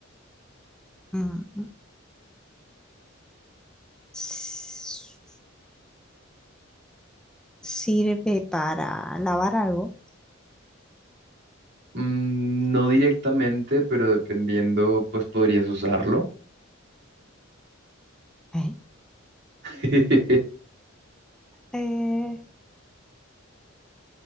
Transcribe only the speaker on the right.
Mm, No directamente, pero dependiendo, pues podrías usarlo.
<laughs>